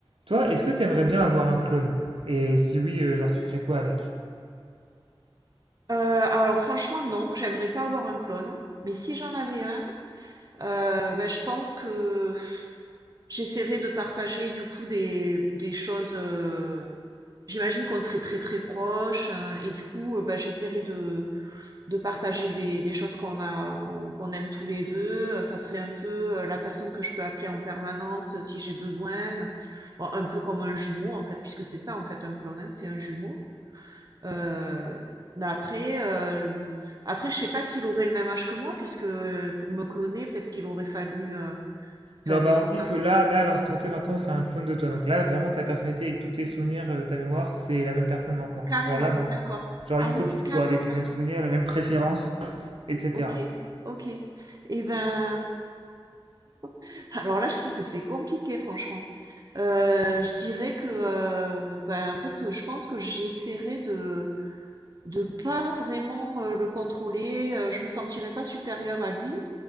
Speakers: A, on the right; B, on the right.
A: Toi, est-ce que t'aimerais bien avoir un clone? Et si oui, euh, genre tu ferais quoi avec?
B: Heu, alors franchement non, j'aimerais pas avoir un clone, mais si j'en avais un, heu, bah, je pense que pff, j'essaierais de partager du coup des des choses, heu, j'imagine qu'on serait très, très proches, heu, et du coup, heu, bah, j'essaierais de de partager des des choses qu'on a qu'on qu'on aime tous les 2. heu, ça serait un peu, heu, la personne que je peux appeler en permanence, heu, si j'ai besoin, bon un peu comme un jumeau en fait, puisque c'est ça en fait un clone, hein, c'est un jumeau. Heu, mais après, hem, après je sais pas s'il aurait le même âge que moi puisque, heu, pour me cloner, peut-être qu'il aurait fallu, heu, enfin
A: Non, bah on
B: le
A: dit
B: temps
A: que
B: q
A: là, là, à l'instant T, maintenant, on fait un clone de toi. Donc là, vraiment, ta personnalité avec tous tes souvenirs, euh, ta mémoire, c'est la même personne maintenant.
B: carrément,
A: Genre là, maintenant.
B: d'accord.
A: Genre
B: Ah
A: une
B: oui,
A: copie
B: c'est
A: de
B: carrément
A: toi avec les
B: là.
A: mêmes souvenirs, les mêmes préférences, etc.
B: OK, OK et ben, <laughs> alors là, je trouve que c'est compliqué franchement. Heu, je dirais que, heu, ben, en fait, je pense que j'essaierais de de pas vraiment, heu, le contrôler, heu, je me sentirais pas supérieure à lui.